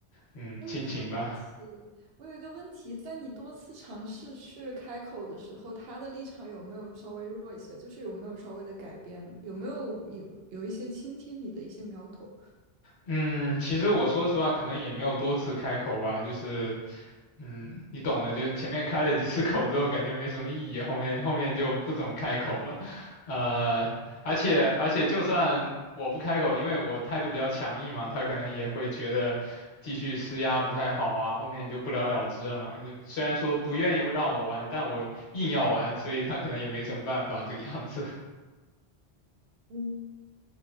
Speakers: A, on the left; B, on the right.
A: 嗯亲情吧。
B: 我有一个问题，我有一个问题，在你多次尝试去开口的时候，他的立场有没有稍微弱一些？就是有没有稍微的改变？有没有有有一些倾听你的一些苗头？
A: 嗯，其实我说实话，可能也没有多次开口吧，就是嗯，你懂的，就前面开了几次口之后，感觉没什么意义，后面后面就不怎么开口了，呃，而且而且就算我不开口，因为我态度比较强硬嘛，他可能也会觉得继续施压不太好啊，后面就不了了之了嘛。就虽然说不愿意让我玩，但我硬要玩，所以他可能也没什么办法这个样子。
B: 嗯，